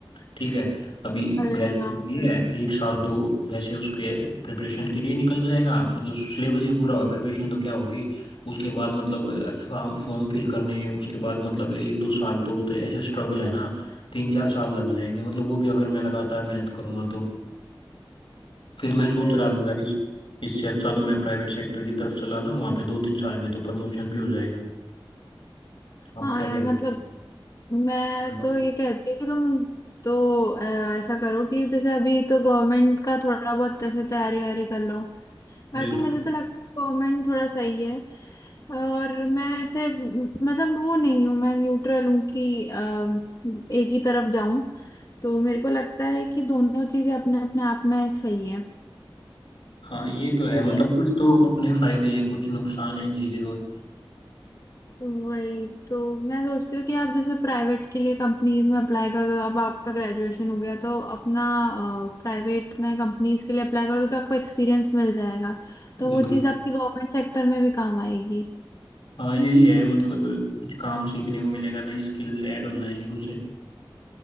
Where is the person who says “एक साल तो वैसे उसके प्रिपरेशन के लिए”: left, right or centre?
Left